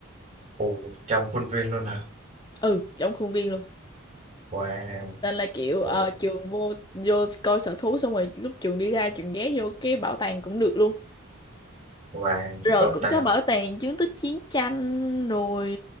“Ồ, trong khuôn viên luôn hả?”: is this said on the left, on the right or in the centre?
Right